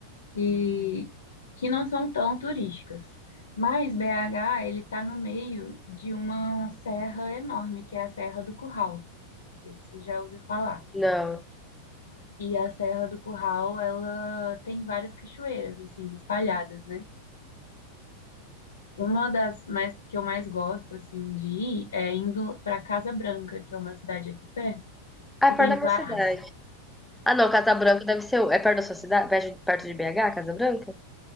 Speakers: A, on the left; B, in the centre.
A: que, que não são tão turísticas. Mas BH, ele tá no meio de uma serra enorme, que é a Serra do Curral. Não sei se você já ouviu falar.
B: Não.
A: E a Serra do Curral, ela tem várias cachoeiras, assim, espalhadas, né? Uma das mais que eu mais gosto assim de ir é indo para Casa Branca, que é uma cidade aqui perto,
B: Ah,
A: que
B: é
A: tem
B: perto da
A: várias.
B: minha cidade. Ah, não, Casa Branca deve ser. o- É perto da sua cidade? Perto de, perto de BH, Casa Branca?